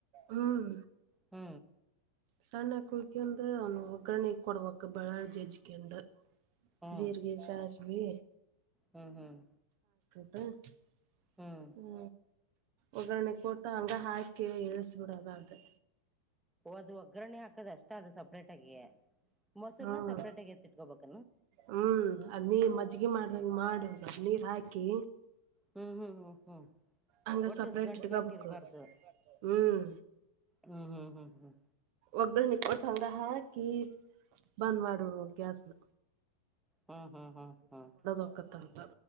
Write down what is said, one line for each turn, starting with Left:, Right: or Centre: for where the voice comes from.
Right: ಹ್ಮ್
Centre: ಹ್ಞ
Right: ಸಣ್ಣ ಕುಳಿಕಂದು ಅವ ಒಗ್ರಣೆ ಕೊಡವಾಕ ಬೆಳ ಜಜಿಕೆು
Centre: ಹ್ಮ್
Right: ಜೀರಿಗೆಗೆ ಚಸ್ ಭ
Centre: ಹ್ಮ್ ಹ್ಮ್
Right: ಹ ಹ್ಮ
Centre: ಹ್ಮ್
Right: ಒಗ್ಗರಣೆ ಕೊಟ್ಟ ಹಂಗ ಹಾಕಿ ಎಳ್ಸ ಕೂಡದ ಅದೆ
Centre: ಅದು ಒಗ್ಗರಣೆ ಹಾಕದಷ್ಟ ಅದು ಸಪ್ರೇಟಾಗಿ ಮೊಸರ್ನ
Right: ಹ್ಮ್
Centre: ಸಪ್ರೇಟಾಗಿಿ ಎತ್ತಿಟ್ಕೋಬೇಕ
Right: ಹ್ಮ್ ಅದ್ ನೀ ಮಜ್ಜಗಿ ಮಾಡ್ದಂಗ ಮಾಡ ಸ್ವಲ್ಪ ನೀರು ಹಾಕಿ
Centre: ಹ್ಮ್ ಹ್ಮ್ ಹ್ಮ್ ಹ್ಮ್
Right: ಹಂಗ
Centre: ಕೊಟ್ಟದ
Right: ಸಪ್ರೇಟ್
Centre: ಗಂಟು
Right: ಇಟ್ಕೋಬೇಕು
Centre: ಗಂಟಿ ಇರ್ಬಾರ್ದು
Right: ಹ್ಮ್
Centre: ಹ್ಮ್ ಹ್ಮ್ ಹ್ಮ್ ಹ್ಮ್
Right: ಒಗ್ರ ನಿಕ ಅವರ ಹ ಕ ಬಂದ ಮಾಡಡುವ ಗ್ಯಾಸ್ ನ
Centre: ಹ್ಮ್ ಹ್ಮ್ ಹ್ಮ್ ಹ್ಮ್
Right: ಹೊಕ್ಕತ್ತಂತ